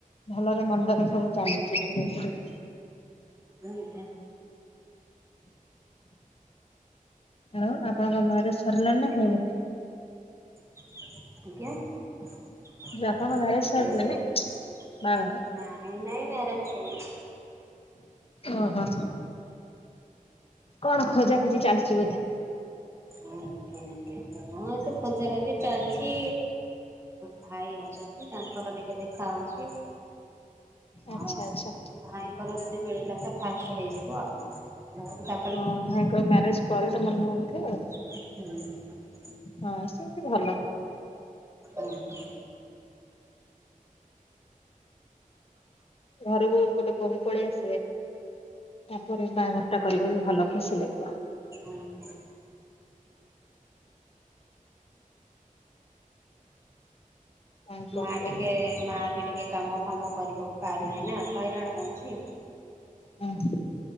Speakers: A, on the left; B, on the right.
A: ଭଲରେ ମନ୍ଦ ରେ ସବୁ ଚାଲିଛି ଧିରେ ଧିରେ।
B: ନାଇଁ ପା
A: ଆଉ ଆପଣଙ୍କ ମ୍ୟାରେଜ ସରିଲାଣି ନା ହେଇନି?
B: ଆଜ୍ଞା। ନାଇଁ
A: ଆପଣଙ୍କ
B: ନାଇଁ
A: ମ୍ୟାରେଜ ସରିଲାଣି
B: ମ୍ୟାରେଜ
A: ବାହାଘର?
B: ହେଇନି।
A: ଓହୋ କଣ ଖୋଜା ଖୋଜି ଚାଲିଛି ବୋଧେ
B: ହଁ ସେ ଖୋଜାଖୋଜି ଚାଲିଛି। ଭାଇ ଅଛନ୍ତି ତାଙ୍କର ଟିକେ ଦେଖା ହଉଛି
A: ଆଚ୍ଛା
B: ଆଉ
A: ଆଚ୍ଛା।
B: ଭାଇଙ୍କର ଯଦି ମିଳିଲା ତ ଫାଷ୍ଟ ହେଇଯିବ ଆଉ ତା
A: ହଁ ଭାଇଙ୍କର ମ୍ୟାରେଜ ପରେ ତମର ହଉ କଠେ ଆଉ
B: ହୁଁ।
A: ହଁ ସେମିତି ଭଲ
B: ଓକେ।
A: ଘରକୁ ଗୋଟେ ବୋହୂ ପଳେଇ ଆସିବେ ତାପରେ ବାହାଘର ଟା କରିବା ବି ଭଲ ଖୁସି ଲାଗିଲା।
B: ଆଜ୍ଞା।
A: ଆଉ କଣ
B: ମା
A: କୁହନ୍ତୁ?
B: ଟିକେ ମା ବି ଟିକେ କାମ ଫାମ କରିବାକୁ ପାରୁନି ନା ହଇରାଣ ହଉଛି।
A: ହୁଁ।